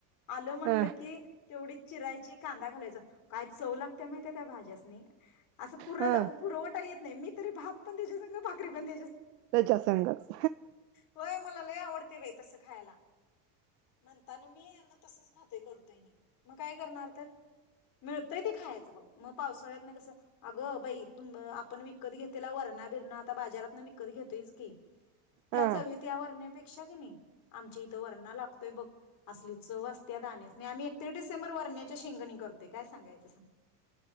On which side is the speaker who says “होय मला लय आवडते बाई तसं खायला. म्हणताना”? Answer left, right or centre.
Left